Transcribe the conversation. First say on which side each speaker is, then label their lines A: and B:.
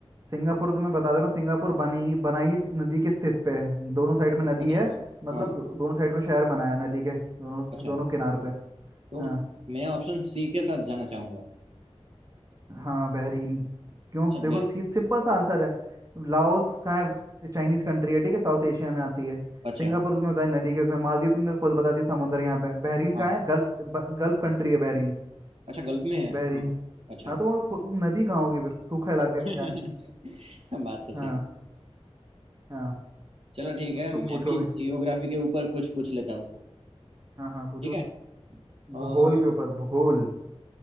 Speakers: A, on the right; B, on the right.
A: सिंगापुर तो मैं बता दे रहा हूँ सिंगापुर बनी बना ही इस नदी के स्थित पे है दोनों साइड में नदी
B: अच्छा
A: है मतलब
B: हाँ
A: दो, दोनों साइड में शहर बनाया है नदी के दोनों
B: अच्छा
A: दोनों किनार पे
B: तो
A: हाँ
B: मैं ऑप्शन सी के साथ जाना चाहूंगा
A: हाँ बहरीन क्यों
B: अच्छा
A: देखो
B: बे
A: सी, सिंपल सा आंसर है लाओस कहाँ है चाइनीज कंट्री है ठीक है साउथ एशिया में आती है
B: अच्छा
A: सिंगापुर तुमने बताया नदी के उसमें मालदीव तुमने खुद बता दी समुद्र यहाँ पे है। बहरीन कहाँ
B: हाँ
A: है गल्फ ब- गल्फ कंट्री है बहरीन
B: अच्छा गल्फ में है
A: बहरीन
B: हाँ अच्छा
A: हाँ तो वहाँ खु- नदी कहाँ होगी फिर सूखा इलाका
B: <laughs>
A: है
B: बात तो सही
A: हाँ हाँ
B: चलो ठीक
A: अब
B: है
A: तुम
B: मैं
A: पूछो
B: भी
A: भाई
B: जियोग्राफी के ऊपर कुछ पूछ लेता हूँ
A: हाँ हाँ पूछो
B: ठीक है अ,
A: भूगोल के ऊपर भूगोल